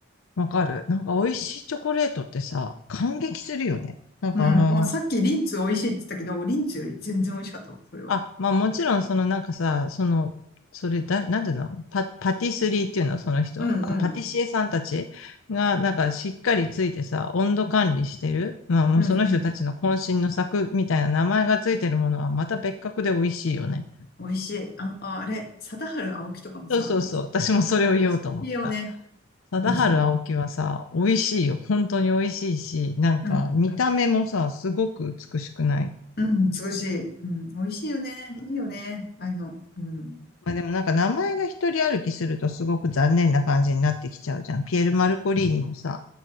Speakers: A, on the left; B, on the left.
A: わかる。なんか美味しいチョコレートってさ、感激するよね。なんかあの、
B: うん。まあさっきリンツ美味しいって言ったけど、リンツより全然美味しかったわ、それは。
A: あ、まあもちろん、そのなんかさ、その、それだ、なんていうのパ、パティスリーっていうのその人。
B: うんうん。
A: あパティシエさんたちが、なんかしっかりついてさ、温度管理してる。まあもうその人たちの渾身の作みたいな名前がついてるものはまた別格で美味しいよね。
B: うんうん。美味しい。あの、あれ、貞治青木とかもさ、
A: そうそうそう。
B: 日本あれ美味しいよね。
A: 私もそれを言おうと思った。貞治青木はさ、
B: 美味しい。
A: 美味しいよ。本当に美味しいし、なんか見た目もさ、
B: うん。
A: すごく美しくない
B: うん、美しい。うん。美味しいよね。いいよね。ああいうの。うん。
A: まあでもなんか名前が一人歩きするとすごく残念な感じになってきちゃうじゃん。ピエール・マルコリーニもさ、